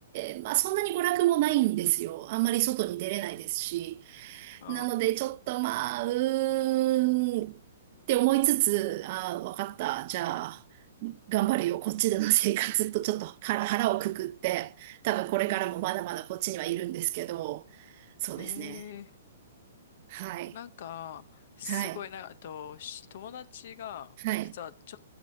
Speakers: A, on the right; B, on the left.
A: で、まあ、そんなに娯楽もないんですよ。あんまり外に出れないですし。
B: あ
A: なので、ちょっとまあ、うーんって思いつつ、ああ、わかった。じゃあ、頑張るよ。こっちでの生活とちょっと腹腹をくくって、多分これからもまだまだこっちにはいるんですけど、
B: うん
A: そうですね。
B: へ。
A: はい。
B: なんか、すごい、
A: はい。
B: なんか、あと、し友達が、
A: はい。
B: 実はちょ、